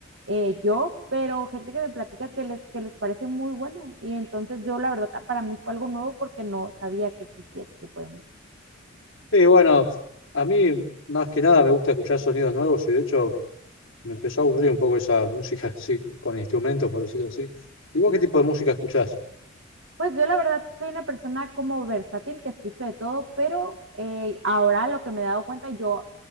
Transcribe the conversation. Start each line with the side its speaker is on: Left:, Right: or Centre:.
Right: eh, yo, pero gente que me platica que les, que les parece muy bueno. Y entonces yo la verdad para mí fue algo nuevo porque no sabía que existía ese tipo de música.
Left: Y bueno, a mí más que nada me gusta escuchar sonidos nuevos y de hecho me empezó a aburrir un poco esa música <laughs> así, con instrumentos, por decirlo así. ¿Y vos qué tipo de música escuchás?
Right: Pues yo la verdad soy una persona como versátil que escucho de todo, pero eh, ahora lo que me he dado cuenta, yo,